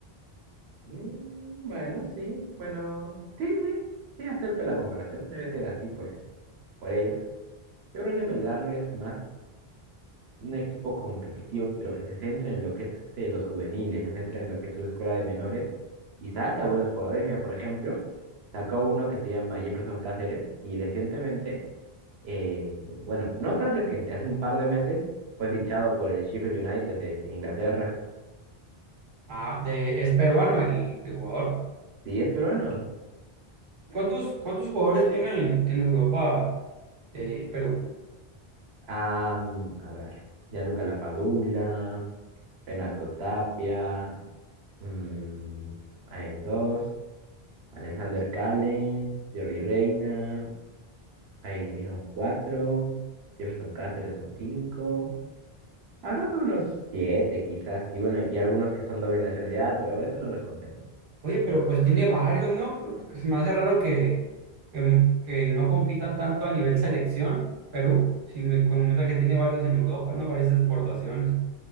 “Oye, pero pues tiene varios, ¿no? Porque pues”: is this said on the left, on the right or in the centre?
Right